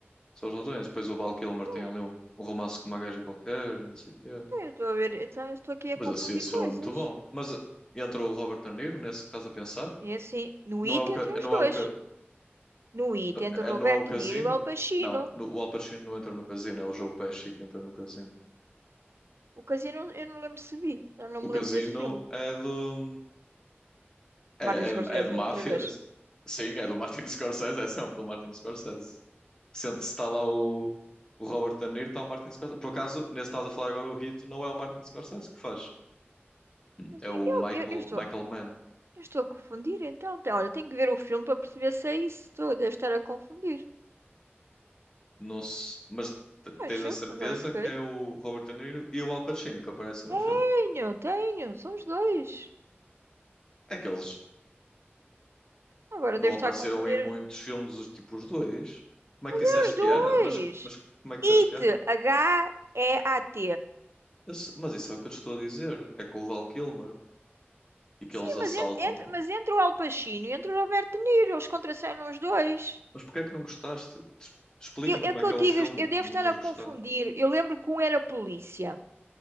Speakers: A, on the left (about 15°); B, on the right (about 75°).
A: São os ladrões. Depois o Val Kilmer
B: Então,
A: tem ali um, um romance com uma gaja qualquer, e não sei o quê.
B: então eu estou a ver. Então eu estou aqui a
A: Mas
B: confundir
A: assim, esse
B: coisas.
A: filme é muito bom. Mas eh, entra o Robert De Niro nesse que estás a pensar?
B: E assim, no
A: Não
B: It
A: é o, ca-
B: entre os
A: não
B: dois.
A: é o, ca-
B: No It entre
A: é-
B: o
A: não
B: Roberto
A: é o Casino?
B: Niro e o Al Pacino.
A: Não, no- o Al Pacino não entra no Casino, é o Joe Pesci que entra no Casino.
B: O Casino, eu não lembro se vi. Eu não
A: O
B: me
A: Casino
B: lembro desse filme.
A: é do. É,
B: Martin
A: é,
B: Scorsese,
A: de- é de máfia.
B: outra vez.
A: Sim, é do Martin <laughs> Scorsese, é sempre do Martin Scorsese. Se está lá o, o Robert De Niro, está o Martin Scorsese. Por acaso, nesse que estás a falar agora, o Hit não é o Martin Scorsese que faz.
B: Mas
A: É
B: eu,
A: o
B: eu,
A: Michael,
B: eu- eu estou,
A: Michael Mann.
B: eu estou a confundir, então. Tem- Olha, tenho que ver o filme para perceber se é isso. Estou, devo estar a confundir.
A: Não se- mas t-
B: Acho,
A: tens a certeza
B: agora fiquei.
A: que é o Robert De Niro e o Al Pacino que aparecem
B: Tenho,
A: no filme.
B: tenho, são os dois.
A: É que eles
B: Agora
A: não
B: devo
A: apareceram
B: estar a confundir.
A: em muitos filmes, os tipos dois. Como é que
B: É
A: disseste
B: os
A: que
B: dois!
A: era? Mas, mas como é que disseste
B: IT,
A: que era?
B: H-E-A-T.
A: Esse- mas isso é o que eu te estou a dizer, que é com o Val Kilmer e que
B: Sim,
A: eles assaltam.
B: mas, en- entre, mas entre o Al Pacino e entre o Roberto De Niro, eles contracenam os dois.
A: Mas porquê é que não gostaste? Des- Explica-me
B: Eu, é
A: como
B: o que
A: é que
B: eu
A: é
B: digo,
A: o filme
B: eu devo
A: por não
B: estar
A: teres
B: a confundir.
A: gostado.
B: Eu lembro que um era polícia,